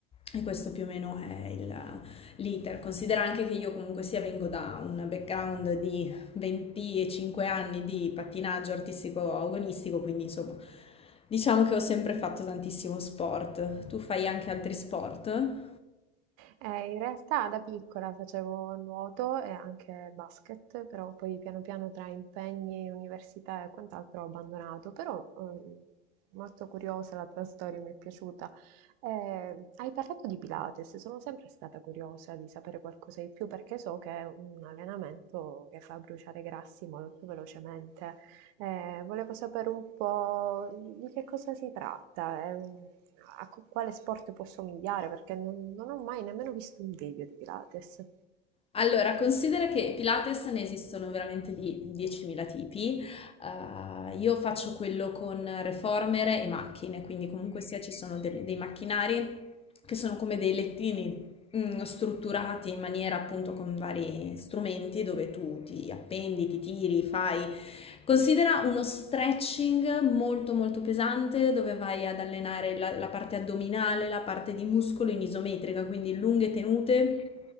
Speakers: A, on the left; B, on the right.
A: e questo più o meno è il, l'iter. Considera anche che io comunque sia vengo da un background di 25 anni di pattinaggio artistico agonistico, quindi insomma diciamo che ho sempre fatto tantissimo sport. Tu fai anche altri sport?
B: Eh, in realtà da piccola facevo nuoto e anche basket, però poi piano piano tra impegni, università e quant'altro ho abbandonato, però ehm, molto curiosa la tua storia, mi è piaciuta. Eh, hai parlato di Pilates, sono sempre stata curiosa di sapere qualcosa di più perché so che è un allenamento che fa bruciare grassi molto velocemente eh, volevo sapere un po' di che cosa si tratta, eh, a co- quale sport può somigliare, perché non, non ho mai nemmeno visto un video di Pilates.
A: Allora, considera che Pilates ne esistono veramente di 10.000 tipi. Eh, io faccio quello con reformer e macchine, quindi comunque sia ci sono delle- dei macchinari che sono come dei lettini mm, strutturati in maniera appunto con vari strumenti dove tu ti appendi, ti tiri, fai Considera uno stretching molto molto pesante dove vai ad allenare la, la parte addominale, la parte di muscolo in isometrica, quindi lunghe tenute,